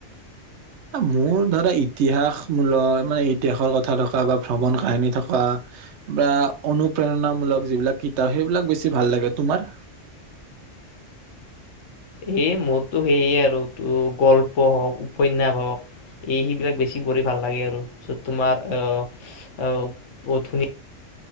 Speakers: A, on the right; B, on the left.
A: মোৰ ধৰা ইতিহাসমূলক মানে ইতিহাসৰ কথা থকা বা ভ্ৰমণ কাহিনী থকা বা অনুপ্ৰেৰণামূলক যিবিলাক কিতাপ সেইবিলাক বেছি ভাল লাগে তোমাৰ
B: এই মোৰতো সেইয়ে আৰু ত গল্প হওঁক উপন্যাস হওক এই সেইবিলাক বেছি পঢ়ি ভাল লাগে আৰু যত তোমাৰ আহ ধুনীয়া